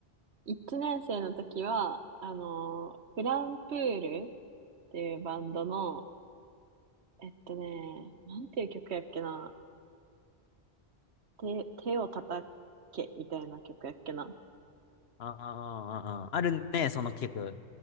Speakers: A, on the right; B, on the left.
A: 一年生の時は、あのーフランプールっていうバンドの、えっとね、なんていう曲やっけな。手、手を叩けみたいな曲やっけな。
B: あ、ああー、あるね、その曲。